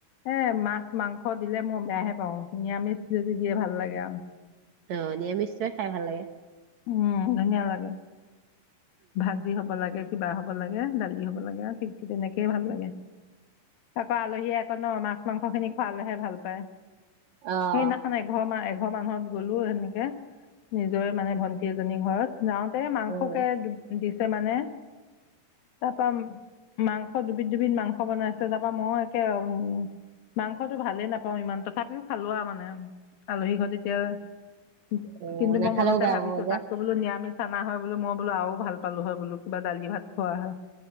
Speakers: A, on the left; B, on the right.
A: এ মাছ মাংস দিলে মই বেয়াহে পাওঁ, নিয়ামিচ যদি দিয়ে ভাল লাগে আৰু।
B: অহ, নিৰামিষতোয়ে খাই ভাল লাগে।
A: উম, ধুনীয়া লাগে। ভা ভাজি হ'ব লাগে, কিবা হ'ব লাগে, দালি হ'ব লাগে, ঠিক তেনেকেই ভাল লাগে। আকৌ, আলহীয়ে আকৌ ন' মাছ-মাংসখিনি খোৱালেহে ভাল পায়।
B: অ',
A: সেইদিনাখন এঘৰ মাহ, এঘৰ মানত গ'লো সেনেকে নিজৰে মানে ভন্টি। ভন্টি এজনী ঘৰত যাওঁতে, মাংসকে
B: উম,
A: দিছে মানে তাৰপৰা মাংস দুবিধ-দুবিধ মাংস বনাইছে, তাৰপা মই একে উম। মাংসটো ভালে নাপাওঁ ইমান তথাপিও খালোঁ আৰু মানে আলহী ঘৰত যেতিয়া। উম,
B: অ
A: কিন্তু
B: নাখালেও
A: মই মনতে
B: বেয়া
A: ভাবিছোঁ।
B: পাব যে
A: ত' বোলো নিৰামিষ আনা হয় বোলো, মই বোলো আৰু ভাল পালোঁ হয় বোলো, কিবা দালি ভাত খোৱা হয়।